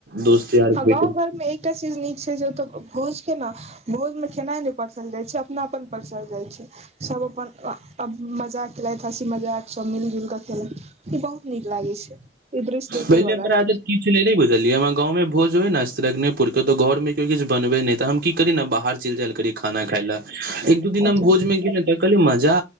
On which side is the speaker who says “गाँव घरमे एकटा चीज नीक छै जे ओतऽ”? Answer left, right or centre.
Right